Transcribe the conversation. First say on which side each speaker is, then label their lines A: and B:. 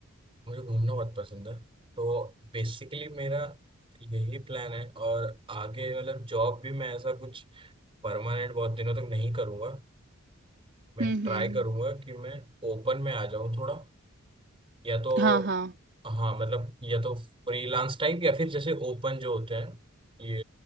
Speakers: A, on the right; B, on the right.
A: मुझे घूमना बहुत पसंद है तो बेसिकली मेरा यही प्लान है और आगे मतलब जॉब भी मैं ऐसा कुछ परमानेंट बहुत दिनों तक नहीं करूँगा मैं
B: हम्म
A: ट्राई
B: हम्म
A: करूँगा कि मैं ओपन में आ जाऊँ थोड़ा या तो
B: हाँ हाँ
A: हाँ मतलब या तो फ्रीलांस टाइप या फिर जैसे ओपन जो होते हैं ये